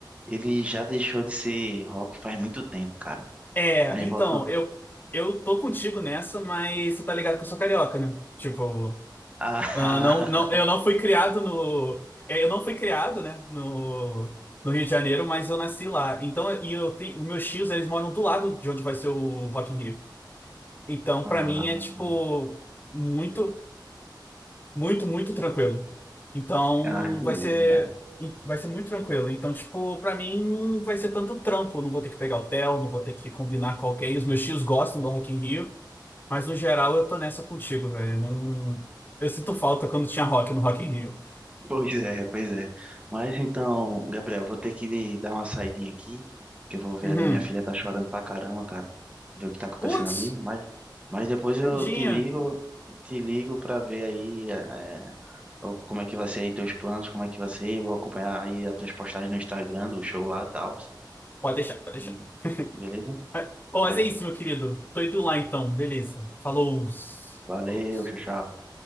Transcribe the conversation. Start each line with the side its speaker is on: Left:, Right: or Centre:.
Right: ele já deixou de ser rock faz muito tempo, cara.
Left: É,
Right: Aí
Left: então,
Right: botam.
Left: eu, eu tô contigo nessa, mas você tá ligado que eu sou carioca, né? Tipo,
Right: <laughs>
Left: ah,
Right: Ah,
Left: não, não, eu não fui criado no. é, eu não fui criado, né? No, no Rio de Janeiro, mas eu nasci lá. Então, e eu tenho. Os meus tios, eles moram do lado de onde vai ser o Rock in Rio. Então,
Right: ah,
Left: pra mim, é tipo. Muito. Muito, muito tranquilo. Então,
Right: ah, entendi.
Left: vai ser,
Right: né?
Left: vai ser muito tranquilo. Então, tipo, pra mim não vai ser tanto trampo. Eu Não vou ter que pegar hotel, não vou ter que combinar com alguém. Os meus tios gostam do Rock in Rio, mas no geral eu tô nessa contigo, velho. Eu Não... Eu sinto falta quando tinha rock no Rock in Rio.
Right: Pois é, pois é. Mas então, Gabriel, vou ter que dar uma saidinha aqui, que eu vou ver
Left: Uhum.
Right: ali, minha filha tá chorando pra caramba, cara. Ver o que tá acontecendo
Left: Putz,
Right: ali, mas, mas depois
Left: tadinha.
Right: eu te ligo, te ligo pra ver aí é, o- como é que vai ser aí teus planos, como é que vai ser, vou acompanhar aí as tuas postagens no Instagram, do show lá e tal.
Left: Pode deixar, pode
Right: E-
Left: deixar. <laughs>
Right: Beleza?
Left: Mas- Bom, mas
Right: Mas
Left: é isso, meu querido. Tô indo lá então, beleza. Falou.
Right: valeu,
Left: Falou.
Right: tchau, tchau.